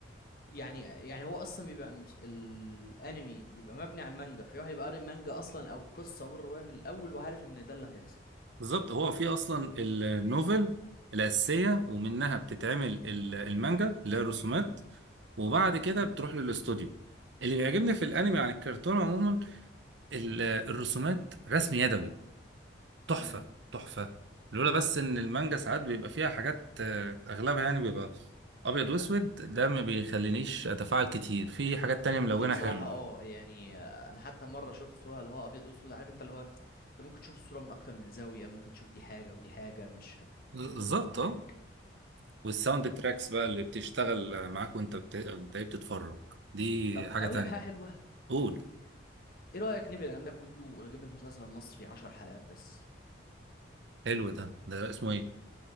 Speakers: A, on the left; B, on the right.
A: يعني يعني هو اصلا بيبقى مس- الانمي بيبقى مبني على المانجا في واحد يبقى قاري المانجا اصلا او القصه والروايه من الاول وعارف ان ده اللي هيحصل
B: بالظبط هو في اصلا النوفل الاساسيه ومنها بتتعمل ال- المانجا اللي هي الرسومات وبعد كده
A: امم
B: بتروح للاستوديو اللي بيعجبني في الانمي عن الكرتون عموما ال- الرسومات رسم يدوي تحفه
A: امم
B: تحفه لولا بس ان المانجا ساعات بيبقى فيها حاجات آه، اغلبها يعني بيبقى ابيض واسود ده ما بيخلينيش اتفاعل كتير في حاجات تانية ملونة
A: دي بصراحه
B: حلوة
A: اه يعني آه، انا حتى مره شفت صوره اللي هو ابيض واسود عارف انت اللي هو انت ممكن تشوف الصوره من اكتر من زاويه ممكن تشوف دي حاجه ودي حاجه مش هت...
B: بالظبط
A: مش هتظبط معاك
B: اه والساوند تراكس بقى اللي بتشتغل معاك وانت بت... انت إيه بتتفرج دي
A: طب
B: حاجة
A: اقول
B: تانية
A: لك حاجه حلوه
B: قول
A: ايه رايك نبعد عن ده كله ونجيب لك مسلسل مصري 10 حلقات بس
B: حلو ده ده اسمه ايه